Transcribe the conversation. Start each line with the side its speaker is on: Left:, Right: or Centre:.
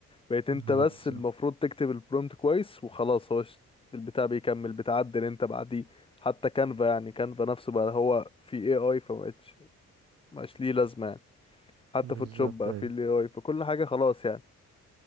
Left: بقيت انت
Right: اه
Left: بس
Right: بالظبط
Left: المفروض تكتب البرومت كويس وخلاص هو ش- البتاع بيكمل بتعدل انت بعديه حتى كانفا يعني كانفا نفسه بقى هو في AI فمبقتش مبقاش ليه لازمة يعني حتى
Right: بالظبط
Left: فوتوشوب بقى
Right: ايوه
Left: في ال AI فكل حاجة خلاص يعني